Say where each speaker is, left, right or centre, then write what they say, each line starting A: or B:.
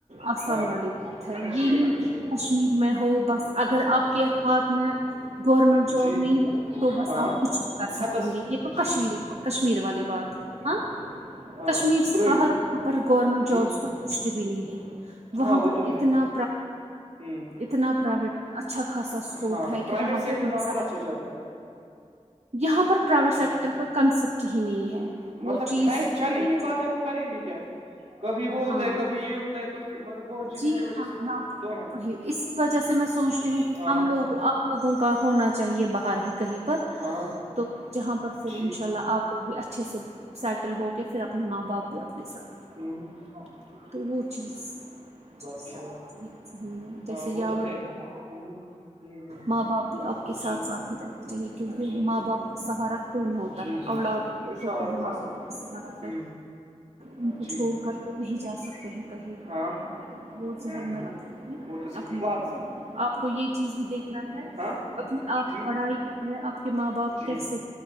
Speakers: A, on the right; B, on the right.
A: آسان
B: ہاں
A: والی بات ہے
B: اکشیٹ
A: یہ نہیں
B: اکشیٹ
A: کہ کشمیر میں ہو بس اگر
B: جی
A: آپ کے ہاتھ میں گورنمنٹ جاب
B: جی
A: نہیں ہے تو بس
B: ہاں
A: آپ کچھ کر سکیں
B: ہتس
A: گے یہ تو
B: جی
A: کشمیر کشمیر والی بات ہاں
B: ہاں
A: کشمیر سے
B: برہم
A: باہر پر گورنمنٹ
B: ہ
A: جابس کو کچھ بھی نہیں ہے وہاں
B: ہاں وہ
A: پر
B: تو ہے
A: اتنا
B: ہ
A: اتنا پرائیویٹ اچھا خاصا اسکوپ
B: ہاں
A: ہے
B: پرائیویٹ
A: کہ وہاں
B: سیکٹر
A: پہ مظاہر
B: پر اچھا چلتا ہے
A: یہاں پرائیویٹ
B: ہ
A: سیکٹر کا سبچ ہی نہیں ہے
B: مطلب
A: وہ چیز
B: ہے چل
A: ہی
B: نہیں پاتا ہے تو کریں گے کیا کبھی وہ ہوتا
A: ہاں
B: ہے کبھی یہ ہوتا ہے تو مطلب بہت چیزوں
A: جی
B: کی وجہ
A: ہاں
B: سے وہ
A: ہاں
B: دون ہاتھ
A: وہی اسی وجہ سے میں سوچتی ہوں کہ
B: ہاں
A: ہم لوگ آپ لوگوں کا ہونا چاہیے باہر ہی کہیں پر
B: ہاں
A: تو جہاں پر پھر
B: ٹھیک
A: ان شاء اللہ آپ بھی اچھے سے سیٹل ہو کے پھر اپنے ماں باپ بھی اپنے ساتھ رہیں،
B: ہوں <inaudible>
A: تو وہ چیز صحی
B: کہہ رہے
A: ہے جیسے
B: ہاں
A: یاور
B: وہ تو ہے ہی ہ ہ ہ
A: ماں باپ بھی آپ کے
B: جی
A: ساتھ ساتھ ہی رہنا چاہیے کیونکہ
B: جی
A: ماں باپ کا سہارا کون ہوتا اولاد
B: جی جی جی شاف
A: ہوتے ہیں ماں
B: اصل
A: باپ طارا پھر
B: ہ
A: ہم
B: جی
A: کھوڑ کر کے نہیں جا سکتے کہیں
B: ہاں
A: وہور ذہن
B: ہوں
A: نہ رکھتے ہیں
B: وہ تو صحیح
A: اپنے
B: بات
A: ماں باپ
B: سی
A: آپ کو یہ چیز بھی دیکھنا ہے
B: ہاں
A: اپنی آپ
B: جی
A: پڑھائی آپ کے ماں باپ
B: جی
A: کیسے